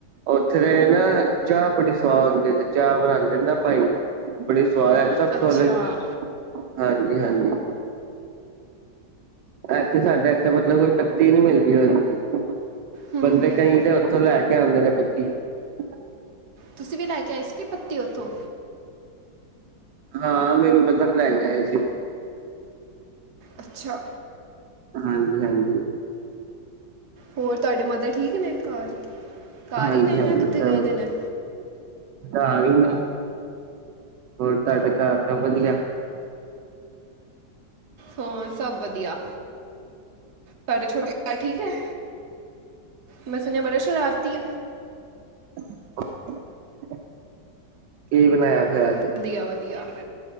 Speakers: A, on the right; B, on the right.
A: ਉੱਥੇ ਦੀ ਨਾ ਚਾਹ ਬੜੀ ਸੁਆਦ ਹੁੰਦੀ, ਤੇ ਚਾਹ ਬਣਾਉਂਦੇ ਨੇ ਨਾ ਭਾਈ ਬੜੀ ਸੁਆਦ ਹੈ, ਸਭ
B: ਅੱਛਾ
A: ਤੋ ਅਲੱਗ ਹਾਂਜੀ-ਹਾਂਜੀ। ਇੱਥੇ ਸਾਡਾ, ਇੱਥੇ ਮਤਲਬ ਓਹ ਪੱਤੀ ਨੀ ਮਿਲਦੀ ਇਹੋ ਜਿਹੀ।
B: ਹੂੰ
A: ਬੰਦੇ
B: ਹੂੰ
A: ਕਈ ਤੇ ਉੱਥੋ ਲੈ ਕੇ ਆਉਂਦੇ ਨੇ ਪੱਤੀ। <inaudible>
B: ਤੁਸੀ ਵੀ ਲਏ ਕੇ ਆਏ ਸੀ ਕੀ ਪੱਤੇ ਉੱਥੋਂ?
A: ਹਾਂ ਮੇਰੀ ਮਦਰ ਲੇ ਕੇ ਆਏ ਸੀ।
B: ਅੱਛਾ,
A: ਹਾਂਜੀ-ਹਾਂਜੀ,
B: ਹੋਰ ਤੁਹਾਡੇ ਮਦਰ ਠੀਕ ਨੇ ਘਰ? ਘਰ
A: ਹਾਂਜੀ-ਹਾਂਜੀ,
B: ਹੀ ਨੇ ਜਾਂ ਕਿੱਥੇ ਗਏ ਦੇ ਨੇ
A: ਘਰ ਹੀ ਨੇ, ਹੋਰ ਤੁਹਾਡੇ ਘਰ ਸਭ ਵਧੀਆ?
B: ਹਾਂ ਸਭ ਵਧੀਆ, ਤੁਹਾਡਾ ਛੋਟਾ <inaudible> ਠੀਕ ਏ। ਮੈਂ ਸੁਣਿਆ ਬੜਾ ਸ਼ਰਾਰ ਤੀ
A: <inaudible> ਫਿਰ ਬਣਾਇਆ ਅੱਜ
B: ਵਧੀਆ-ਵਧੀਆ।